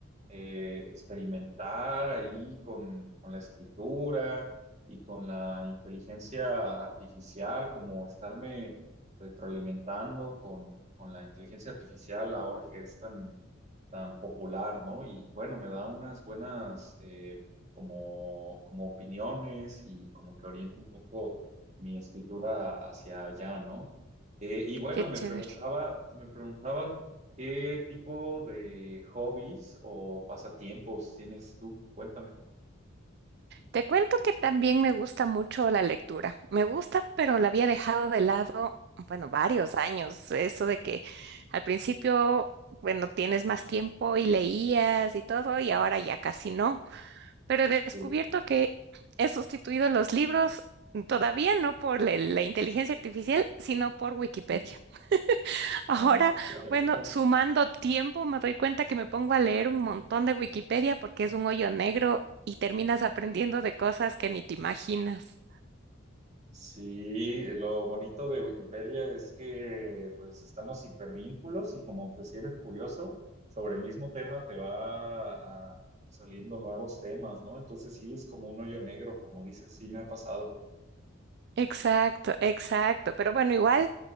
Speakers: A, on the right; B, on the right.
A: eh, experimentar ahí con, con la escritura y con la inteligencia artificial, como estarme retroalimentando con, con la inteligencia artificial ahora que es tan, tan popular, ¿no? Y bueno, me da unas buenas... eh, como, como opiniones y como que oriente un poco mi escritura hacia allá, ¿no? Eh, y bueno,
B: Qué chévere.
A: me preguntaba, me preguntaba qué tipo de hobbies o pasatiempos tienes tú. Cuéntame.
B: Te cuento que también me gusta mucho la lectura. Me gusta, pero la había dejado de lado, bueno, varios años. Eso de que al principio, bueno, tienes más tiempo y leías y todo, y ahora ya casi no. Pero he descubierto
A: Sí.
B: que he sustituido los libros todavía no por la la inteligencia artificial, sino por Wikipedia.
A: Mm.
B: Ahora,
A: Ah, claro.
B: bueno,
A: <laughs>
B: sumando tiempo, me doy cuenta que me pongo a leer un montón de Wikipedia porque es un hoyo negro y terminas aprendiendo de cosas que ni te imaginas.
A: Sí, lo bonito de Wikipedia es que pues están los hipervínculos y como que si eres curioso sobre el mismo tema te va ah, saliendo nuevos temas, ¿no? Entonces sí, es como un hoyo negro, como dices, sí me ha pasado.
B: Exacto, exacto. Pero bueno, igual.